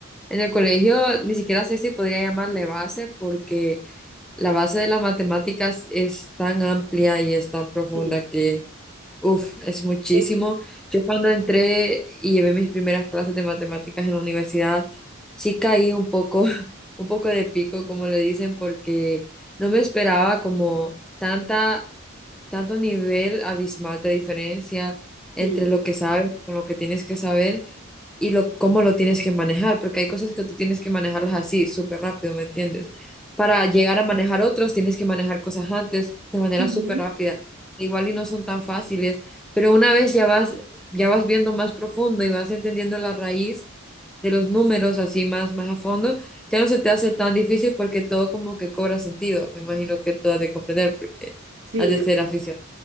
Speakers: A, in the centre; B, on the right.
A: En el colegio ni siquiera sé si podría llamarle base porque la base de las matemáticas es tan amplia y es tan profunda
B: sí,
A: que, uff, es muchísimo.
B: eso
A: Yo cuando entré y llevé mis primeras clases de matemáticas en la universidad, sí caí un poco, <laughs> un poco de pico, como le dicen, porque no me esperaba como tanta, tanto nivel abismal de diferencia entre
B: sí.
A: lo que sabes con lo que tienes que saber y lo, cómo lo tienes que manejar, porque hay cosas que tú tienes que manejarlas así, súper rápido, ¿me entiendes? Para llegar a manejar otros, tienes que manejar cosas antes de manera
B: Ujú.
A: súper rápida. Igual y no son tan fáciles, pero una vez ya vas, ya vas viendo más profundo y vas entendiendo la raíz de los números así más, más a fondo, ya no se te hace tan difícil porque todo como que cobra sentido. Me imagino que tú has de comprender porque
B: Sí,
A: has de
B: es
A: ser aficionado
B: verdad.